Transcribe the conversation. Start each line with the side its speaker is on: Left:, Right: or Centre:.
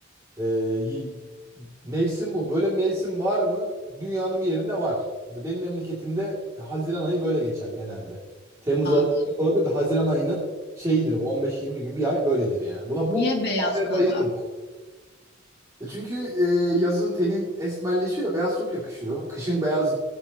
Right: ee, y- mevsim bu. Böyle mevsim var mı? Dünyanın bir yerinde var. Mesela benim memleketimde Haziran ayı böyle geçer genelde. Temmuz
Left: Anladım.
Right: Ağustos olabilir de Haziran ayının şeyidir bu 15-20 gün bir ay böyledir yani. Buna
Left: Niye
Right: bu
Left: beyaz
Right: havaya
Left: kazak?
Right: bayılırım. E çünkü e, yazın tenin esmerleşiyor, beyaz çok yakışıyor. Kışın beyaz